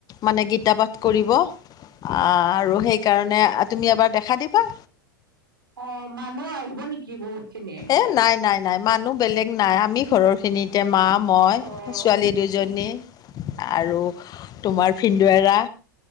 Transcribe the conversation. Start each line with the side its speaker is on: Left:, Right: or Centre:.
Left: মানে গীতা পাঠ কৰিব। আহ আৰু সেইকাৰণে তুমি এবাৰ দেখা দিবা।
Right: অ', মানুহ হ'ব নেকি বহুত? খিনি?
Left: এ নাই নাই নাই মানুহ বেলেগ নাই। আমি ঘৰৰখিনিতে মা মই
Right: অ',
Left: ছোৱালী দুজনী। আৰু তোমাৰ ভিন্দৱেৰা।